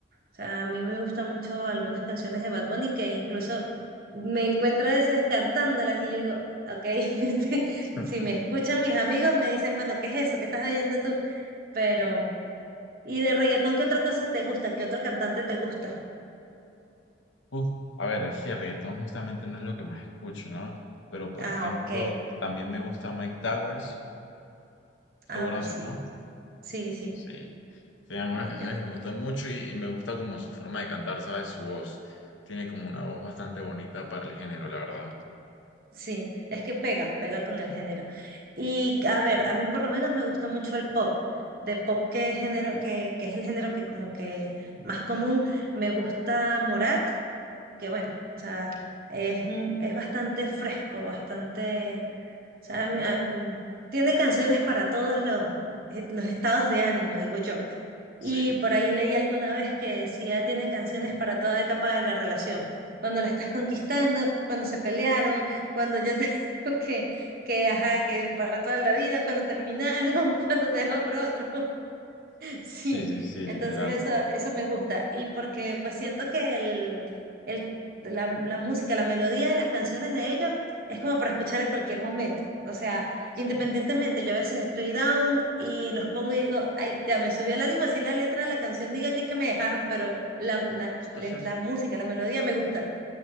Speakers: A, on the right; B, on the left.
A: O sea, a mí me gustan mucho algunas canciones de Bad Bunny que incluso me encuentro a veces cantándolas y yo digo, ok, <laughs> este,
B: <laughs>
A: si me escuchan mis amigos me dicen, bueno, ¿qué es eso? ¿Qué estás oyendo tú? Pero, ¿y de reggaetón qué otra cosa te gusta? ¿Qué otro cantante te gusta?
B: Uf, a ver, es que reggaetón justamente no es lo que más escucho, ¿no? Pero, por
A: Ah,
B: ejemplo,
A: ok.
B: también me gusta Mike Towers.
A: Ah,
B: Lo conoces,
A: pues sí,
B: ¿no?
A: sí, sí,
B: Sí. Tiene algunas
A: una
B: canciones
A: que otra.
B: que me gustan mucho y, y me gusta como su forma de cantar, ¿sabes? Su voz. Tiene como una voz bastante bonita para el género, la verdad.
A: Sí, es que pega, pega con el género. Y a ver, a mí por lo menos me gusta mucho el pop. De pop, ¿qué género, que que es el género que como que más común? Me gusta Morat que bueno, o sea, es, un- es bastante fresco, bastante, o sea, a mí- a mí- tiene canciones para todos los, eh, los estados de ánimo, digo yo.
B: Sí.
A: Y por ahí leí alguna vez que decía, tiene canciones para toda etapa de la relación, cuando la estás conquistando, cuando se pelearon, cuando yo te <laughs> digo que, que, ajá, que para toda la vida, cuando terminaron, <laughs> cuando te dejó por otro. Sí,
B: Sí, sí, sí, literal.
A: entonces eso, eso me gusta. Y porque pues siento que el, el- la, la música, la melodía de las canciones de ellos es como para escuchar en cualquier momento. O sea,
B: Sí.
A: independientemente, yo a veces estoy down y los pongo y digo, ay, ya me subió el ánimo, así la letra de la canción diga que es que me dejaron, pero la, la,
B: <laughs>
A: la, la música, la melodía me gusta.